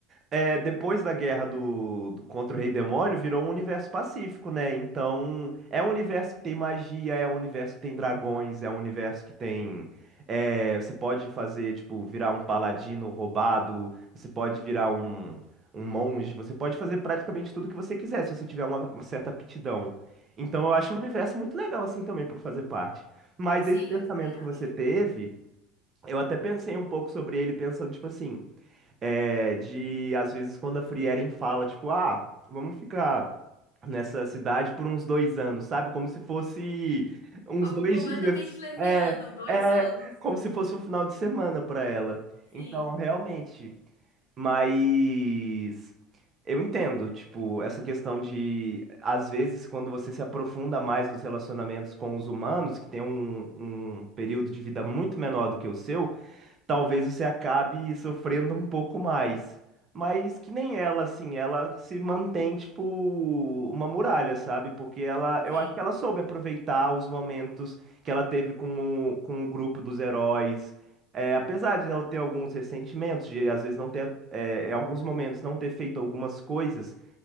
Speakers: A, on the right; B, on the left.
A: é, depois da guerra do, do- contra o Rei Demônio, virou um universo pacífico, né? Então, é um universo que tem magia, é um universo que tem dragões, é um universo que tem. é, você pode fazer, tipo, virar um paladino roubado, você pode virar um, um monge, você pode fazer praticamente tudo que você quiser, se você tiver uma, uma certa aptidão. Então, eu acho o universo muito legal, assim, também, pra fazer parte. Mas
B: Sim,
A: esse pensamento
B: eu também acho.
A: que você teve, eu até pensei um pouco sobre ele, pensando, tipo assim. É, de, às vezes, quando a Frieren fala, tipo, ah, vamos ficar nessa cidade por uns dois anos, sabe? Como se fosse uns
B: Algo
A: dois
B: completamente
A: dias.
B: leviano,
A: É,
B: dois
A: é,
B: anos.
A: como se fosse um final de semana pra ela.
B: Sim,
A: Então, realmente, mas eu entendo, tipo, essa questão de, às vezes, quando você se aprofunda mais nos relacionamentos com os humanos, que tem um, um período de vida muito menor do que o seu, talvez você acabe sofrendo um pouco mais. Mas que nem ela, assim, ela se mantém, tipo, uma muralha, sabe? Porque ela, eu
B: sim,
A: acho que ela soube aproveitar os momentos que ela teve com o, com o grupo dos heróis. É, apesar de ela ter alguns ressentimentos, de às vezes não ter, é, em alguns momentos não ter feito algumas coisas